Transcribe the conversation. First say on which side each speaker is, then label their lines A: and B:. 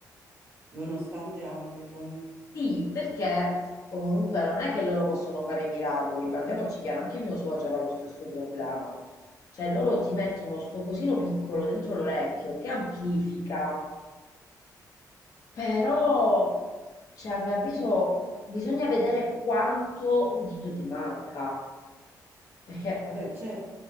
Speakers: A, on the right (about 35°); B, on the left (about 55°).
A: nonostante Amplifon.
B: Sì, perché comunque non è che loro possono fare miracoli, parliamoci chiaro, anche mio suocero ha lo stesso problema. Cioè, loro ti mettono sto cosino piccolo dentro l'orecchio che amplifica, però, cioè, a mio avviso, bisogna vedere quanto udito ti manca. Perché,
A: Vabbè, certo,